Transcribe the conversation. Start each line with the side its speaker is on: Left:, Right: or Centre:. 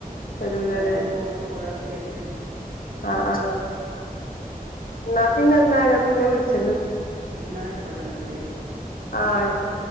Left: വരൂലല്ലേ
Right: ങ്ങക്ക് തോടുംപുഴയെക്കെ അടുതന്നെ
Left: ആ ആ ഉമ്മാക്ക് പിന്നെന്തായ പിന്നെ വിളിച്ച
Right: എന്നാ ആയിക്കോട്ടെ എന്നാ ശരി
Left: ആആയിക്കോ